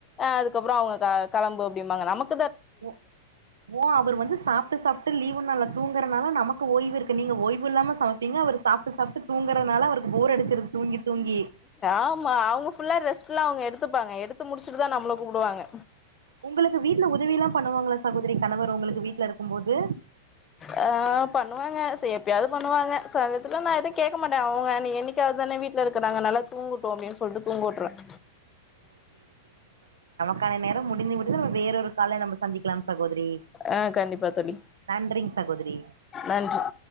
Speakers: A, on the left; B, on the right.
A: அதுக்கப்புறம் அவுங்க கெளம்பு அப்டின்னு நாங்க நமக்
B: ஓ ஓ அவர் வந்து சாப்டு சாப்டு லீவு நல்லா தூங்குறதுனால நமக்கு நமக்கு ஓய்வு இருக்கு நீங்க ஓய்வு இல்லாம சாமைப்பீங்க சாப்டு சாப்டு தூங்கறதுனால அவர் போர் அடிச்சுறது தூங்கி தூங்கி
A: ஆமா அவங்க புல்லா ரெஸ்ட் முதல்ல அவங்க எடுத்துப்பாங்க எடுத்து முடிச்சிட்டுதான் நம்பள கூப்பிடுவாங்க
B: உங்களுக்கு வீட்டுல உதவி எல்லாம் பண்ணுவாங்களா சகோதரி கணவர் உங்களுக்கு வீட்டு்ல இருக்கும்போது
A: ஆஹ பண்ணுவாங்க ச எப்பயாவது பண்ணுவாங்க சகஜத்தில நான் எதுவும் கேட்க மாட்டேன் அவங்க நீ என் <unintelligible> அதுதானே வீட்டுல இருக்கறாங்க நல்லா தூங்கட்டுமே சொல்லிட்டு தூங்க விட்ருவேன்
B: அர நேரம் இன்னொரு விட்டு வேறொரு கால நம்பர்ஸ் சந்திக்கலாம் சார் சகோதரி
A: ஆ கண்டிப்பா தோழி
B: நன்றிங்க சகோதரி
A: நன்றி